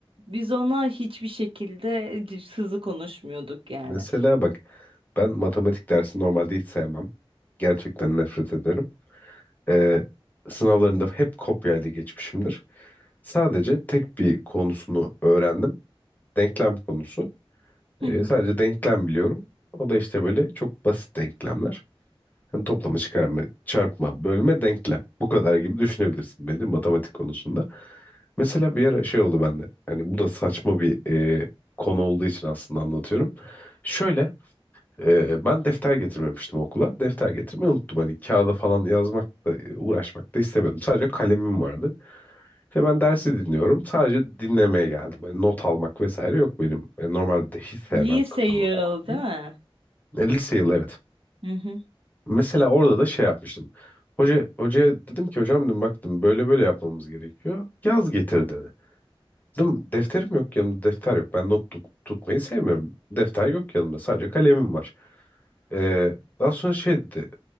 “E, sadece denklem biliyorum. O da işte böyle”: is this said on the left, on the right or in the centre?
Left